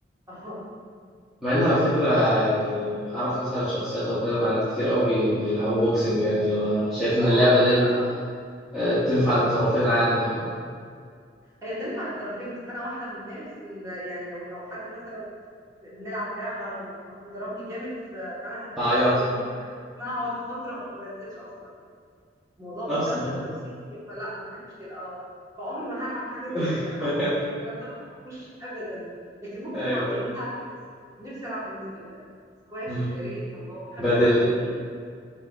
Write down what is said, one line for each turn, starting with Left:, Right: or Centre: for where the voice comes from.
Right: اه
Centre: مع ان على فكره يعني اعرف مثلا شخصيات او كده بنات كتير قوي بي- بيلعبوا بوكسنج يعني اللي هو شايف ان
Right: اه
Centre: اللعبه
Right: عارفه
Centre: دي
Right: وانا
Centre: آه، تنفع للطرفين عادي فاهم
Right: هي تنفع للطرفين بس انا واحده من الناس اللي يعني لو لو حد مثلا بنلعب لعبه و- وضربني جامد ف- فانا هتضايق
Centre: تعيط
Right: قوي ممكن أ- اقعد فتره وما بنزلش اصلا يعني الموضوع ممكن
Centre: اصلا
Right: ياثر في نفسيتي فلا ما بحبش كده اه فعمري ما هلعب حاجه زي
Centre: <laughs>
Right: كده العاب قتاليه والكلام ده ما بحبوش ابدا لكن ممكن
Centre: ايوه
Right: العب ايه
Centre: ايوه
Right: ممكن العب تنس نفسي العب تنس جدا سكواش
Centre: مم.
Right: يا ريت الله بحب
Centre: بدل
Right: الالعاب دي قوي